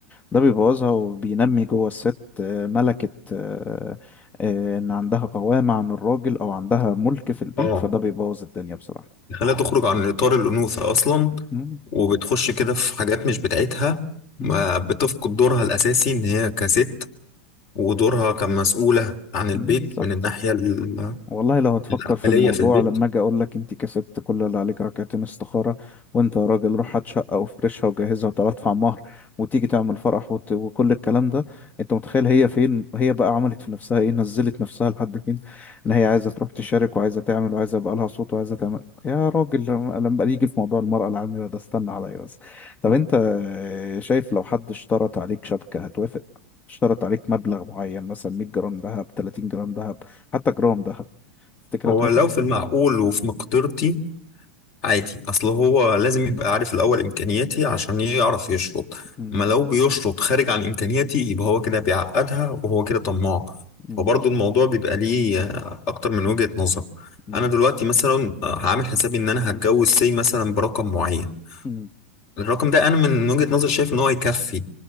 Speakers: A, on the left; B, on the left.
A: ده بيبوظها وبينمي جوه الست آه، ملكة آه، آه، ان عندها قوامة عن الراجل او عندها ملك في البيت
B: آه
A: فده بيبوظ الدنيا بصراحة
B: خليها تخرج عن إطار الأنوثة أصلا
A: مم،
B: وبتخش كده في حاجات مش بتاعتها
A: مم،
B: ما بتفقد دورها الأساسي إن هي كست ودورها كمسؤولة عن البيت
A: مم، بالظبط
B: من الناحية ال-
A: والله لو هتفكر
B: العملية
A: في الموضوع
B: في البيت
A: لما اجي اقول لك انت كسبت كل اللي عليك ركعتين استخاره وانت يا راجل روح هات شقه وفرشها وجهزها وتعالى ادفع مهر وتيجي تعمل فرح وت... وكل الكلام ده انت متخيل هي فين هي بقى عملت في نفسها ايه نزلت نفسها لحد فين ان هي عايزه تروح تشارك وعايزه تعمل وعايزه يبقى لها صوت وعايزه تعمل يا راجل لما لما يجي في موضوع المراه العامله ده استنى عليا بس طب انت آه، شايف لو حد اشترط عليك شبكه هتوافق اشترط عليك مبلغ معين مثلا 100 جرام ذهب 30 جرام ذهب حتى جرام ذهب تفتكر
B: هو
A: هتوافق
B: لو في المعقول وفي مقدرتي عادي اصل هو لازم يبقى عارف الاول امكانياتي عشان يعرف يشرط
A: مم،
B: ما لو بيشرط خارج عن امكانياتي يبقى هو كده بيعقدها وهو كده طماع
A: مم،
B: فبرضه الموضوع بيبقى ليه آه، اكتر من وجهة نظر
A: مم،
B: انا دلوقتي مثلا آه، هعمل حسابي ان انا هتجوز سي مثلا برقم معين
A: مم،
B: الرقم ده انا من وجهة نظر شايف ان هو يكفي